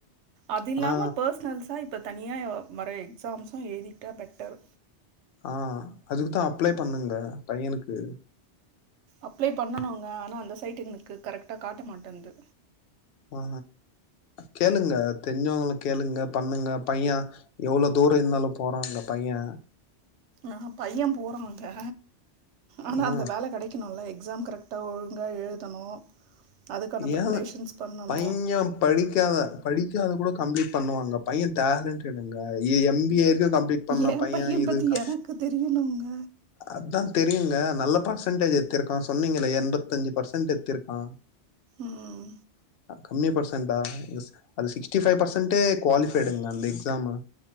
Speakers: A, on the right (about 75°); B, on the left (about 60°).
A: அது இல்லாம
B: ஆனா
A: பர்சனல்ஸா இப்ப தனியா வர எக்ஸாமஸ்ஸு எழுதிட்டா பெட்டர்
B: ஆ அதுக்கு தா அப்ளே பண்ணுங்க பையனுக்கு
A: அப்ளை பண்ணனுங்க ஆனா அந்த சைட்டு எங்களுக்கு கரெக்டா காட்ட மாட்டன்து
B: ஆ கேளுங்க தெரிஞ்சவுங்கள கேளுங்க பண்ணுங்க பைய எவ்ளோ தூரோ இருந்தாலு போறாங்க பைய
A: ஆ பையன் போறாங்க ஆனா
B: ஆ
A: அதுல வேல கெடை க்கனுல எக்ஸாம் கரெக்டா ஒழுங்கா எழுதணு அதுக்கான
B: ஏ
A: ப்ரிப்ரேஷன்ஸ் பண்ணணு
B: பைய படிக்காத படிக்காத கூட கம்ப்ளீட் பண்ணுவாங்க பைய டேலண்டடுங்க இ எ பி ஏ இருக் கம்ப்ளீட் பண்ண
A: ஏ
B: பைய இது
A: பத்தி
B: க
A: எனக்கு தெரியணுங்க
B: அதா தெரியுங்க நல்ல பர்சன்டேஜ் எத்திருக்கா சொன்னீங்களே என்பத்தஞ்சு பர்சன்ட்டு எடுத்திருக்கா
A: ம்
B: கம்மி பர்சென்டா <unintelligible> அது சிக்ஸ்டி ஃபைவ் பர்சன்ட்டே குவாலிஃபைடுங்ளா அந்த எக்ஸாமு